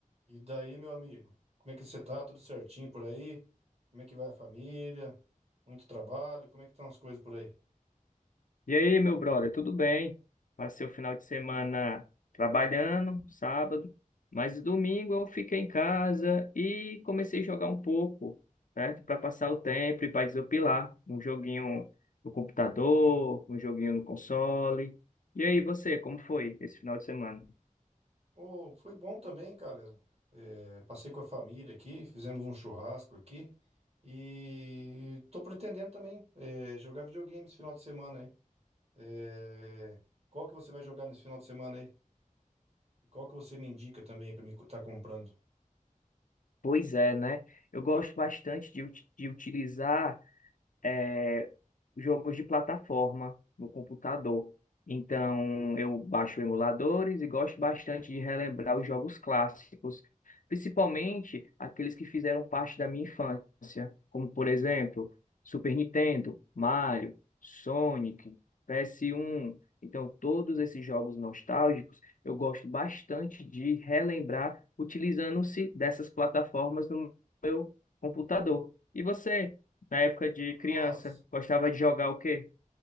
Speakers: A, on the right (about 45°); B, on the left (about 70°).
A: E daí, meu amigo? Como é que você tá? Tudo certinho por aí? Como é que vai a família? Muito trabalho? Como é que estão as coisas por aí?
B: E aí, meu brother, tudo bem? Passei o final de semana trabalhando, sábado, mas domingo eu fiquei em casa e comecei a jogar um pouco, certo? Para passar o tempo e para desopilar, um joguinho no computador, um joguinho no console. E aí, você, como foi esse final de semana?
A: Oh, foi bom também, cara. É, passei com a família aqui, fizemos um churrasco aqui. E tô pretendendo também é, jogar videogame esse final de semana aí. É, qual que você vai jogar nesse final de semana aí? E qual que você me indica também pra me co- tá comprando?
B: Pois é, né? Eu gosto bastante de, ut- de utilizar é, jogos de plataforma no computador. Então, eu baixo emuladores e gosto bastante de relembrar os jogos clássicos, principalmente aqueles que fizeram parte da minha infância, como, por exemplo, Super Nintendo, Mario, Sonic, PS1. Então, todos esses jogos nostálgicos, eu gosto bastante de relembrar utilizando-se dessas plataformas no meu computador. E você? Na época de criança,
A: Nossa.
B: gostava de jogar o quê?